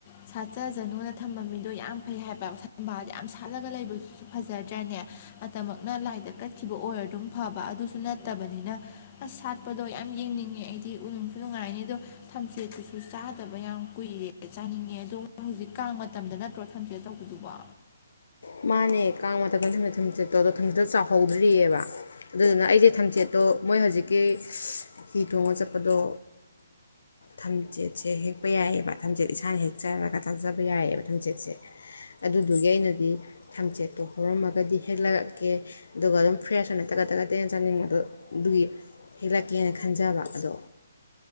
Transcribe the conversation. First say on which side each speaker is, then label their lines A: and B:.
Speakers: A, on the left; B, on the left.
A: ꯁꯥꯠꯆꯖꯅꯨꯅ ꯊꯝꯕ ꯃꯤꯗꯣ ꯌꯥꯝ ꯐꯩ ꯍꯥꯏꯕ ꯊꯝꯕꯥꯜꯗꯣ ꯌꯥꯝ ꯁꯥꯠꯂꯒ ꯂꯩꯕꯗꯨꯁꯨ ꯐꯖꯗ꯭ꯔꯅꯦ ꯃꯇꯝꯃꯛꯅ ꯂꯥꯏꯗ ꯀꯠꯈꯤꯕ ꯑꯣꯏꯔ ꯑꯗꯨꯝ ꯐꯕ ꯑꯗꯨꯁꯨ ꯅꯠꯇꯕꯅꯤꯅ ꯑꯁ ꯁꯥꯠꯄꯗꯣ ꯌꯥꯝ ꯌꯦꯡꯅꯤꯡꯉꯦ ꯑꯩꯗꯤ ꯅꯨꯡꯁꯨ ꯅꯨꯡꯉꯥꯏꯅꯤ ꯑꯗꯣ ꯊꯝꯆꯦꯠꯇꯨꯁꯨ ꯆꯥꯗꯕ ꯌꯥꯝ ꯀꯨꯏꯔꯦ ꯆꯥꯅꯤꯡꯉꯦ ꯑꯗꯨ ꯍꯧꯖꯤꯛ ꯀꯥꯡ ꯃꯇꯝꯗ ꯅꯠꯇ꯭ꯔꯣ ꯊꯝꯆꯦꯠ ꯇꯧꯕꯗꯨꯕꯣ
B: ꯃꯥꯅꯦ ꯀꯥꯡ ꯃꯇꯝꯗ ꯊꯨꯝꯅ ꯊꯨꯝꯆꯦꯠꯇꯣ ꯑꯗꯣ ꯊꯝꯆꯦꯠ ꯆꯥꯎꯍꯧꯗ꯭ꯔꯤꯑꯕ ꯑꯗꯨꯗꯨꯅ ꯑꯩꯁꯦ ꯊꯝꯆꯦꯠꯇꯣ ꯃꯣꯏ ꯍꯧꯖꯤꯛꯀꯤ ꯍꯤ ꯊꯣꯡꯉꯒ ꯆꯠꯄ ꯑꯗꯣ ꯊꯝꯆꯦꯠꯁꯦ ꯍꯦꯛꯄ ꯌꯥꯏꯑꯕ ꯊꯝꯆꯦꯠꯁꯦ ꯏꯁꯥꯅ ꯍꯦꯛꯆꯔꯒ ꯆꯥꯖꯕ ꯌꯥꯏꯑꯕ ꯊꯝꯆꯦꯠꯁꯦ ꯑꯗꯨꯗꯨꯒꯤ ꯑꯩꯅꯗꯤ ꯊꯝꯆꯦꯠꯇꯣ ꯍꯧꯔꯝꯃꯒꯗꯤ ꯍꯦꯛꯂꯛꯀꯦ ꯑꯗꯨꯒ ꯑꯗꯨꯝ ꯐ꯭ꯔꯦꯁ ꯑꯣꯏꯅ ꯇꯛꯒꯠ ꯇꯛꯒꯠ ꯇꯛꯅ ꯆꯥꯅꯤꯡꯕꯗꯣ ꯑꯗꯨꯒꯤ ꯍꯦꯛꯂꯛꯀꯦꯅ ꯈꯟꯖꯕ ꯑꯗꯣ